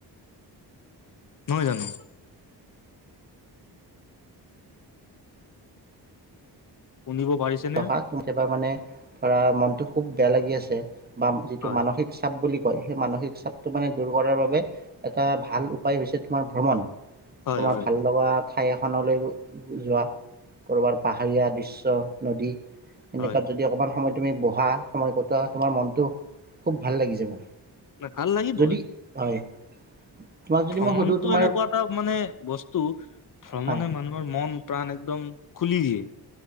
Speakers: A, on the left (about 55°); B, on the right (about 25°).
A: নহয় জানো? শুনিব পাৰিছেনে
B: হা <unintelligible> কেতিয়াবা মানে ধৰা মনটো খুব বেয়া লাগি আছে। বা যিটো
A: হয়
B: মানসিক চাপ বুলি সেই মানসিক চাপটো মানে দূৰ কৰাৰ বাবে, এটা ভাল উপায় হৈছে তোমাৰ ভ্ৰমণ,
A: হয়
B: তোমাৰ
A: হয়
B: ভাল লগা, ঠাই এখনলৈ যোৱা, ক'ৰবাৰ পাহাৰীয়া দৃশ্য, নদী,
A: হয়
B: এনেকুৱাত যদি অকমান সময় তুমি বহা, সময় কটোৱা, তোমাৰ মনটো খুব ভাল লাগি যাব।
A: ন' ভাল লাগিবই।
B: যদি হয় তোমাক যদি
A: ভ্ৰমণটো
B: মই সুধো তোমাৰ
A: এনেকুৱা এটা মানে বস্তু টো ভ্ৰমণে
B: হয়
A: মানুহৰ মন, প্ৰাণ একদম খুলি দিয়ে,